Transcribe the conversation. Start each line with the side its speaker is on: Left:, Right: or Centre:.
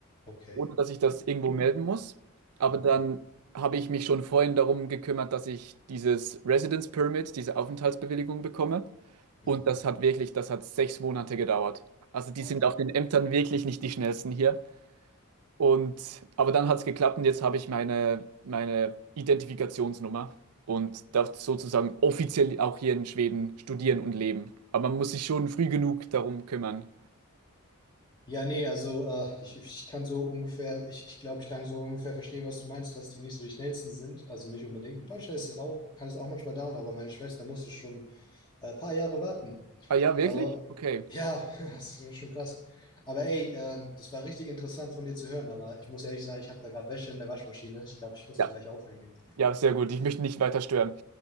Left: Okay.
Right: ohne dass ich das irgendwo melden muss. Aber
Left: Mhm.
Right: dann habe ich mich schon vorhin darum gekümmert, dass ich dieses Residence Permit, diese Aufenthaltsbewilligung bekomme.
Left: Mhm.
Right: Und das hat wirklich, das hat sechs Monate gedauert. Also die
Left: Boah.
Right: sind auf den Ämtern wirklich nicht die schnellsten hier. Und aber dann hat es geklappt und jetzt habe ich meine, meine Identifikationsnummer und darf sozusagen offiziell auch hier in Schweden studieren und leben. Aber man muss sich schon früh genug darum kümmern.
Left: Ja, nee, also äh, ich, ich kann so ungefähr, ich, ich glaube, ich kann so ungefähr verstehen, was du meinst, dass die nicht so die schnellsten sind. Also nicht unbedingt. In Deutschland ist es auch, kann es auch manchmal dauern, aber meine Schwester musste schon äh, ein paar Jahre warten.
Right: Ah ja, wirklich?
Left: Aber
Right: Okay.
Left: ja, <laughs> das ist schon krass. Aber ey, ähm, das war richtig interessant von dir zu hören, aber ich muss ehrlich sagen, ich habe da gerade Wäsche in der Waschmaschine. Ich glaube, ich muss
Right: Ja,
Left: die gleich aufhängen gehen.
Right: ja, sehr gut. Ich möchte nicht weiter stören.